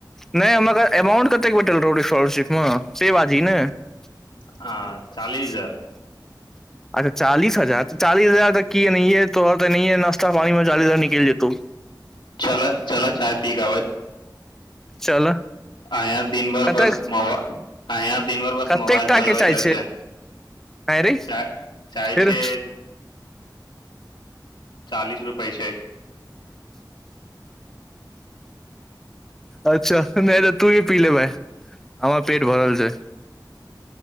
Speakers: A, in the centre; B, on the left.
A: नहि हमरा कह अमाउंट कते कते भेट रहों स्कॉलरशीप मे से बाजहीं ने अच्छा
B: हँ चालीस हजार
A: चालीस हजार चालीस हजार तऽ की एनाहींये तोहर एनाहि नास्ता पानि मे निकैल जेतौ
B: चलऽ चलऽ चाय पी क आबैत
A: चलऽ
B: आँया दिनभर
A: कतेक
B: बस मोबा आँया दिनभर बस
A: कतेक
B: मोबाइल
A: टा
B: चलाबैत
A: के चाय
B: रहै छै
A: आँय रे
B: चाय चाय
A: फेर
B: छै चालीस रुपए छै
A: अच्छा नहि नहि तऽ तूी पी ले बैं हमर पेट भरल छै